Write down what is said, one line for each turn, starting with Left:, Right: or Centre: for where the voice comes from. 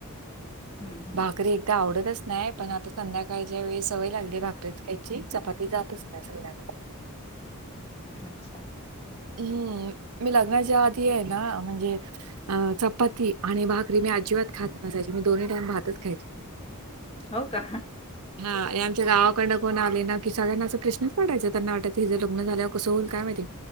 Left: हम्म हम्म
Right: भाकरी एकदा आवडतचऽऽ नाही, पण आता संध्याकाळच्या वेळी सवय लागली भाकरीच ख्यायची,, चपातीऽ मी जातच नाय संध्याकाळी.
Left: अच्छा.
Right: हम्म, मी लग्नाच्या आधी आहे ना,, म्हणजे अ... पाती आणि भाकरी मी अजिबात खात नसायची, मी दोन्ही टाइम भातच खायचे.
Left: हो का
Right: हा यांच्या गावाकडंन कोण आले ना कि सगळ्यांना असं प्रश्ऽऽ पडायचा, त्यांना वाटायचं हीचं लग्न झाल्यावर कसं होईल काय माहिती?